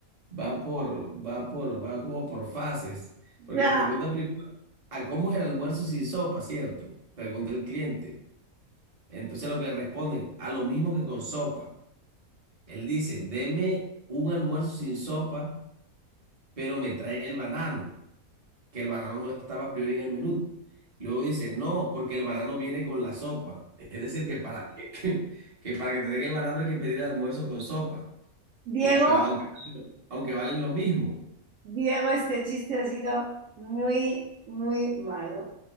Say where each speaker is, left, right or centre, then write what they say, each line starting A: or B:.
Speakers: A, on the right; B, on the right.
A: Va por, va por, va como por fases. Porque
B: Ya,
A: pregunta primero, ¿a cómo es el almuerzo sin sopa, cierto? Pregunta el cliente. Entonces lo que le responden, a lo mismo que con sopa. Él dice, deme un almuerzo sin sopa, pero me trae el banano, que el banano no estaba a priori en el menú. Luego dice, no, porque el banano viene con la sopa. Es decir, que para que, que- que para que te den el banano hay que pedir el almuerzo con sopa.
B: Diego,
A: Y, pero aunque, aunque valen lo mismo.
B: Diego, este chiste ha sido muy, muy malo.